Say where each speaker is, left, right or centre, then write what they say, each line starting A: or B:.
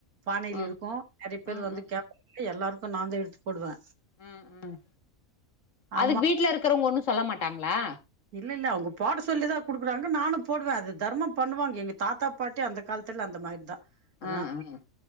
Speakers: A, on the right; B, on the left.
A: பானையில
B: ம்
A: இருக்கு நெறைய பேர்
B: ம்
A: வந்து
B: ம்
A: கேப் எ எல்லாருக் நாந்தா எடுத்து போடுவே
B: ம் ம்
A: ஆமா
B: அதுக்கு வீட்ல இருக்கறவங்க ஒண்ணு சொல்ல மாட்டாங்களா
A: இல்ல இல்ல அவங்க போட சொல்லிதா குடுக்குறாங்க நானு போடுவே அது தர்மோ பண்ணுவாங்க எங்க தாத்தா பாட்டி அந்த காலத்துல அந்த மாரிதா அத
B: ம்
A: நா
B: ம்